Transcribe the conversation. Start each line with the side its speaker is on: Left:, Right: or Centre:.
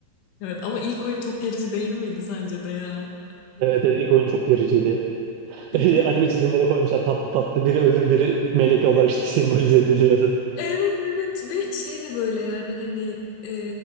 Left: Evet ama ilk oyun çok gerici değil miydi sence de ya?
Right: Evet evet ilk oyun çok gericiydi.
Left: Çünkü
Right: <laughs> Anime çizimleri koymuşlar tatlı tatlı biri ölüm biri melek olarak işte <laughs> simbolize ediliyordu.
Left: evet evet ve şey de böyle yani hani e,